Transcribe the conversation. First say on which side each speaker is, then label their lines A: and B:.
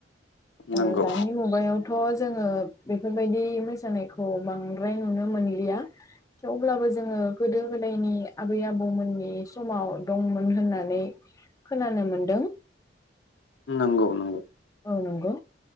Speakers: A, on the left; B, on the left.
A: ओ
B: नंगौ
A: दानि मुगायावथ' जोङो बेफोरबायदि मोसानायखौ बांद्राय नुनो मोनलिया थेवब्लाबो जोङो गोदो गोदायनि आबै आबौमोननि समाव दंमोन होननानै खोनानो मोनदों।
B: नोंगौ नोंगौ।
A: औ नोंगौ